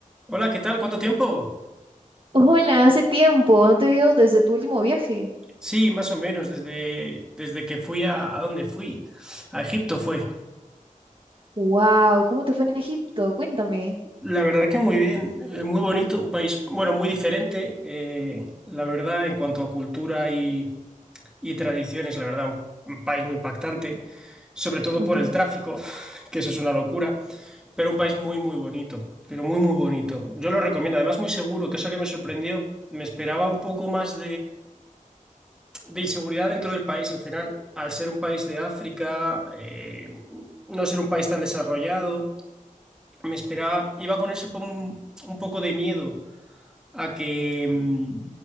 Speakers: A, in the centre; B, on the right (about 40°).
A: Hola, ¿qué tal? ¿Cuánto tiempo?
B: Hola, hace tiempo, no te veo desde tu último viaje.
A: Sí, más o menos, desde, desde que fui a, ¿a dónde fui? A Egipto fue.
B: Wow, ¿cómo te fue en Egipto? Cuéntame.
A: La verdad que muy bien, eh, muy bonito, un país, bueno, muy diferente, eh, la verdad, en cuanto a cultura y, y tradiciones, la verdad, un, un país muy impactante, sobre todo
B: Ujú,
A: por el tráfico, <laughs> que eso es una locura, pero un país muy, muy bonito, pero muy, muy bonito. Yo lo recomiendo, además muy seguro, que eso que me sorprendió, me esperaba un poco más de inseguridad dentro del país al final, al ser un país de África, eh, no ser un país tan desarrollado, me esperaba, iba con ese po- un, un poco de miedo a que, mm,